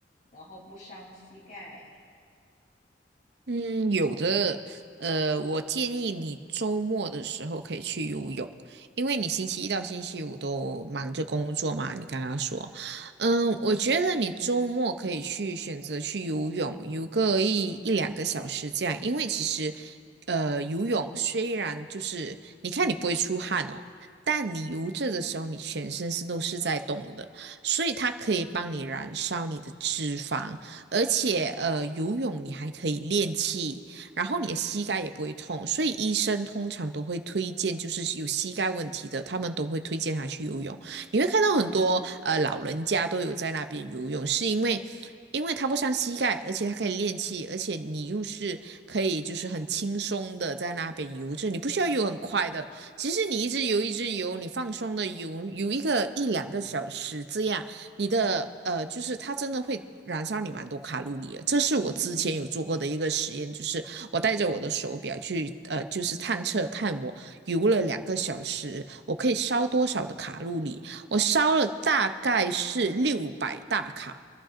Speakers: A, on the left; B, on the right.
A: 然后不伤膝盖。
B: 嗯，有的，呃，我建议你周末的时候可以去游泳，因为你星期一到星期五都忙着工作嘛，你刚刚说，嗯，我觉得你周末可以去选择去游泳，游个一一两个小时这样，因为其实，呃，游泳虽然就是你看你不会出汗哦，但你游着的时候，
A: 嗯，
B: 你全身是都是在动的，所以它可以帮你燃烧你的脂肪。而且呃，游泳你还可以练气，然后你的膝盖也不会痛，所以医生通常都会推荐，就是有膝盖问题的，他们都会推荐他去游泳。你会看到很多呃老人家都有在那边游泳，是因为。因为他不伤膝盖，而且他可以练气，而且你又是可以就是很轻松的在那边游着，就你不需要游很快的，其实你一直游一直游，你放松的游游一个一两个小时这样，你的呃，就是它真的会燃烧你蛮多卡路里的。这是我之前有做过的一个实验，
A: 嗯
B: 就是我带着我的手表去呃，
A: 嗯
B: 就是探测看我游了两个小时，我可以烧多少的卡路里。我烧了大概是六百大卡